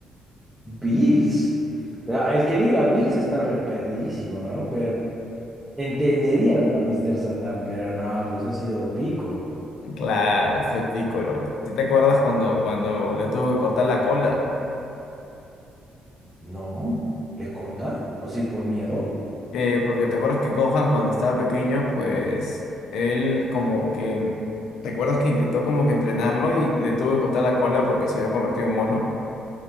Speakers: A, in the centre; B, on the left.
A: Bills. Ah, El que diga Bills está reperdidísimo, ¿no? Pero entendería a Mr. Satan, pero no, pues ha sido pico.
B: Claro, fue Piccolo. ¿Sí te acuerdas cuando, cuando le tuvo que cortar la cola?
A: No, ¿le corta? ¿O sí, por miedo?
B: Eh, porque te acuerdas que Gohan cuando estaba pequeño, pues él como que... ¿Te acuerdas que intentó como que entrenarlo y le tuvo que cortar la cola porque se había convertido en mono?